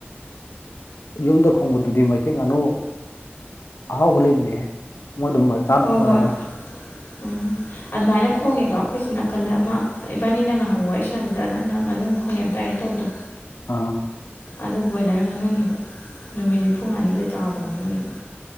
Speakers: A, on the left; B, on the left.
A: ꯌꯨꯝꯗ ꯈꯣꯡꯕꯗꯨꯗꯤ ꯃꯩꯇꯩ ꯉꯥꯅꯨ ꯑꯍꯥꯎꯕ ꯂꯩꯕꯅꯦꯍꯦ ꯃꯣꯏꯗꯣ ꯃꯆꯥꯥꯗ
B: ꯍꯣꯏ
A: ꯑꯃ ꯑꯣꯏꯔꯝꯒꯅꯤ
B: ꯍꯣꯏ ꯎꯝ ꯑꯗꯨꯃꯥꯏꯅ ꯈꯣꯡꯉꯦꯕ ꯑꯩꯈꯣꯏ ꯁꯤ ꯅꯥꯀꯟꯗ ꯑꯃ ꯏꯕꯥꯅꯤꯅ ꯉꯥꯏꯍꯥꯡ ꯋꯥꯔꯤ ꯁꯥꯟꯅꯕꯗ ꯅꯪꯅ ꯉꯥꯅꯨ ꯃꯈꯣꯟ ꯌꯥꯝ ꯇꯥꯏꯑꯅ ꯇꯧꯕꯗꯣ
A: ꯑꯥ
B: ꯑꯗꯨ ꯕꯣꯏꯂꯔ ꯉꯥꯅꯨꯅꯦꯕ ꯅꯨꯃꯤꯠ ꯅꯤꯐꯨ ꯃꯉꯥꯅꯤꯗ ꯆꯥꯎꯕ ꯉꯥꯅꯨꯅꯦꯕ